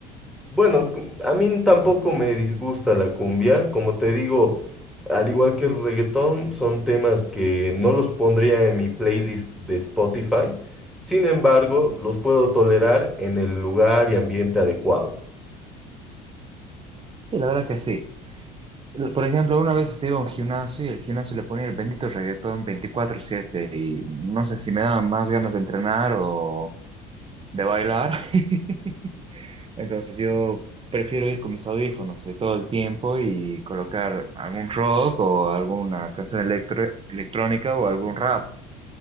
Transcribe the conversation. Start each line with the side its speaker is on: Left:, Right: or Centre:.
Centre: Bueno, cu- a mí tampoco me disgusta la cumbia. Como te digo, al igual que el reggaetón, son temas que no los pondría en mi playlist de Spotify. Sin embargo, los puedo tolerar en el lugar y ambiente adecuado.
Right: Sí, la verdad que sí. L- Por ejemplo, una vez se iba a un gimnasio y el gimnasio le ponía el bendito reggaetón 24/7 y no sé si me daban más ganas de entrenar o, de bailar. <laughs> Entonces yo prefiero ir con mis audífonos eh, todo el tiempo y colocar algún rock o alguna canción electro- electrónica o algún rap.